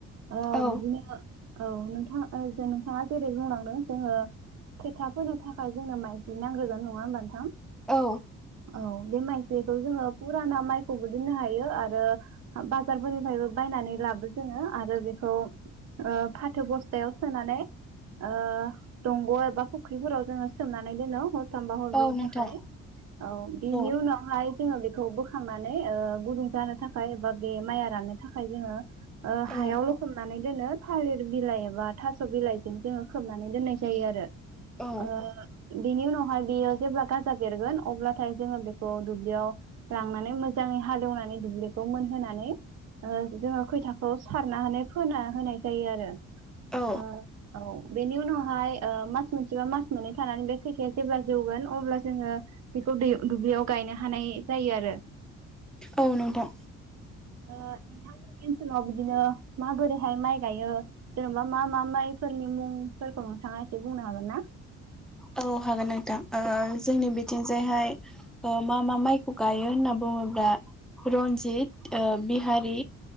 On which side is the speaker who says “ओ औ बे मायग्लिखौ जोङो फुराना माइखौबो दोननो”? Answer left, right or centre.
Right